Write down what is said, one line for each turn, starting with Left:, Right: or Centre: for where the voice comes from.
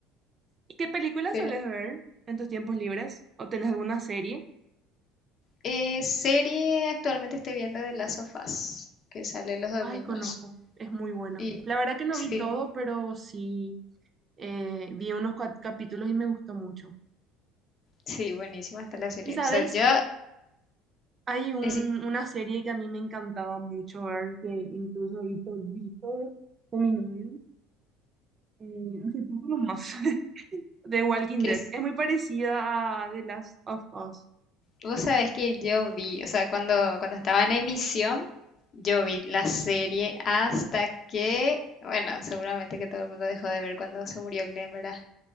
Right: ¿Y qué películas
Left: Pero
Right: sueles ver en tus tiempos libres? ¿O tenés alguna serie?
Left: eh, serie actualmente estoy viendo de las sofás que sale los domingos.
Right: Ay, conozco, es muy bueno.
Left: Y
Right: La verdad que no
Left: sí,
Right: vi todo, pero sí eh, vi unos cua- capítulos y me gustó mucho.
Left: Sí, buenísima está la serie.
Right: Y sabes,
Left: O sea, yo,
Right: hay un,
Left: decir
Right: una serie que a mí me encantaba mucho ver, que incluso vi todito con mi novio, eh, hace poco nomás, <laughs> de Walking
Left: que
Right: Dead.
Left: es-
Right: Es muy parecida a The Last of Us.
Left: vos sabés que yo vi, o sea, cuando, cuando estaba en emisión, yo vi la serie hasta que, bueno, seguramente que todo el mundo dejó de ver cuando se murió Glenn, ¿verdad?